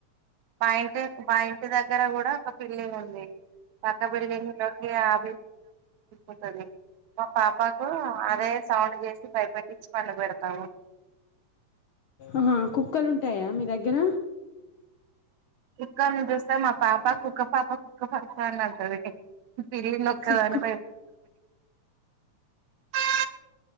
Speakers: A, on the right; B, on the left.
A: మా ఇంటి మా ఇంటి దగ్గర కూడా ఒక పిల్లి ఉంది పకాబడిలినిక అ ంటది మా పాపాకు అదే సౌండ్ చేసి భయపెట్ ఫ పం పోయకా
B: ఆహా కుక్కలు ఉంటాయా మీ దగ్గర
A: కుక్కనీ చూస్తే మా పాప కుక్క పాప కుక్క పాప అని అంటది పల్లీందొ ఒకే
B: కుక్క
A: వేన ఆ